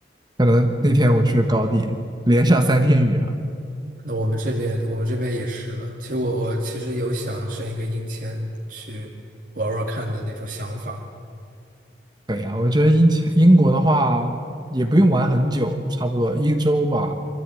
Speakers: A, on the right; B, on the right.
A: 可能那天我去高地，
B: 嗯，
A: 连下三天雨啊。
B: 那我们这边我们这边也是的。其实我我其实有想申一个英签去玩玩看的那种想法。
A: 对呀，我觉得英英国的话也不用玩很久，差不多一周吧。